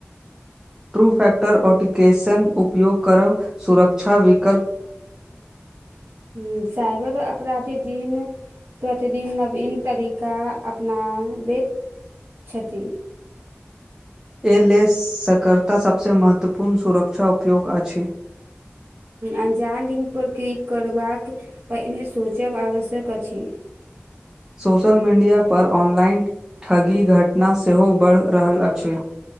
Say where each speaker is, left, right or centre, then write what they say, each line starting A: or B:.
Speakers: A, on the right (about 15°); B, on the right (about 70°).
A: टु फेक्टर ऑटिकेशन उपयोग करब सुरक्षा विक
B: ह साइबर अपराध प्रतिदिन प्रतिदिन नवीन तरीका अपनाबैत छथि
A: एहि लेल सकर्ता सभ सँ महत्वपूर्ण सुरक्षा उपयोग अछि
B: अजान लिंक पर क्लिक करबाक पहिने सोचब आवश्यक अछि
A: सोशल मीडिया पर ऑनलाइन ठगी घटना सेहो बढ़ि रहल अछि